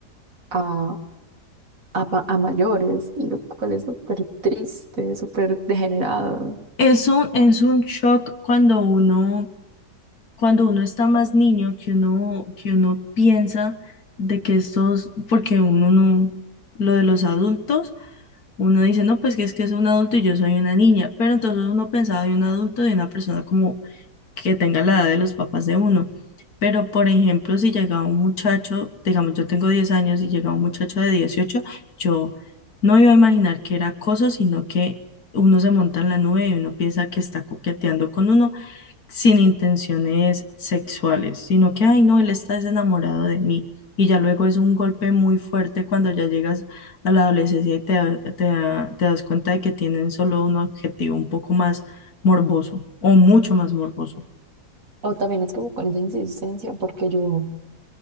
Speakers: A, on the right; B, on the left.
A: a, a, ma- a mayores, y lo cual es súper triste, súper degenerado.
B: Es un, es un shock cuando uno, cuando uno está más niño, que uno, que uno piensa de que estos, porque uno no, lo de los adultos, uno dice, no, pues que es que es un adulto y yo soy una niña, pero entonces uno pensaba de un adulto, de una persona como que tenga la edad de los papás de uno. Pero, por ejemplo, si llega un muchacho, digamos, yo tengo 10 años y llega un muchacho de 18, yo no iba a imaginar que era acoso, sino que uno se monta en la nube y uno piensa que está coqueteando con uno sin intenciones sexuales, sino que, ay, no, él está desenamorado de mí. Y ya luego es un golpe muy fuerte cuando ya llegas a la adolescencia y te, da- te, da- te das cuenta de que tienen solo un objetivo un poco más morboso o mucho más morboso.
A: O también es como con esa insistencia, porque yo